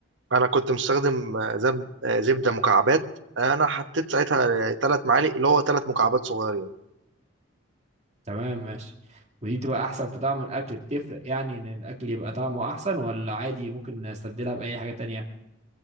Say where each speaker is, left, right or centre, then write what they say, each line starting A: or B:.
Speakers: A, on the right; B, on the right.
A: انا كنت مستخدم آه، زب- آه، زبدة مكعبات انا حطيت ساعتها ثلاث معالق اللي هو ثلاث مكعبات صغيرة
B: تمام ماشي ودي بتبقى احسن في طعم الاكل بتفرق يعني ان الاكل يبقى طعمه احسن ولا عادي ممكن نستبدلها باي حاجه تانية